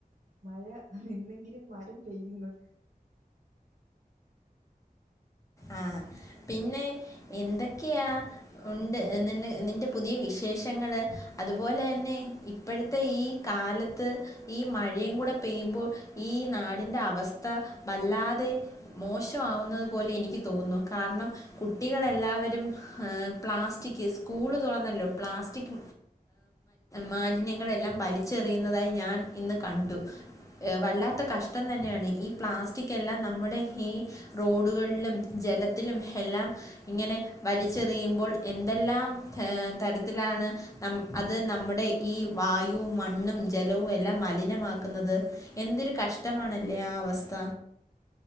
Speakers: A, on the right; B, on the left.
A: മഴ നിന്നെങ്കിലും മരം പെയ്യുന്ന്
B: ആ പിന്നെ എന്തൊക്കെയാ ഉണ്ട് നിന്റെ പുതിയ വിശേഷങ്ങള് അതുപോലെന്നെ ഇപ്പോഴത്തെ ഈ കാലത്ത് ഈ മഴയും കൂടെ പെയ്യുമ്പോൾ ഈ നാടിന്റെ അവസ്ഥ വല്ലാതെ മോശമാവുന്നത് പോലെ എനിക്ക് തോന്നുന്നു കാരണം കുട്ടികൾ എല്ലാവരും പ്ലാസ്റ്റിക് സ്കൂള് തുറന്നല്ലോ പ്ലാസ്റ്റിക് മാലിന്യങ്ങളെല്ലാം വലിച്ചെറിയുന്നതായി ഞാൻ ഇന്ന് കണ്ടു വല്ലാത്ത കഷ്ടം തന്നെയാണ് ഈ പ്ലാസ്റ്റിക്കെല്ലാം നമ്മുടെ ഈ റോഡുകളിലും ജലത്തിലും എല്ലാം ഇങ്ങനെ വലിച്ചെറിയുമ്പോൾ എന്തെല്ലാം തരത്തിലാണ് ന അത് നമ്മുടെ ഈ വായുവും മണ്ണും ജലവും എല്ലാം മലിനമാക്കുന്നത് എന്തൊരു കഷ്ടമാണല്ലേ ആ അവസ്ഥ